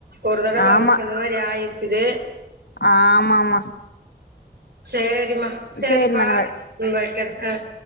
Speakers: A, on the right; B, on the left.
A: ஒரு தடவ
B: ஆமா
A: அவருக்கு இந்த மாரி ஆயிருக்குது
B: ஆமாமா
A: சேரி யமா சேரி
B: சேரிம்மா
A: பாருடி
B: நா
A: ம் வக்கறே ஆ <inaudible>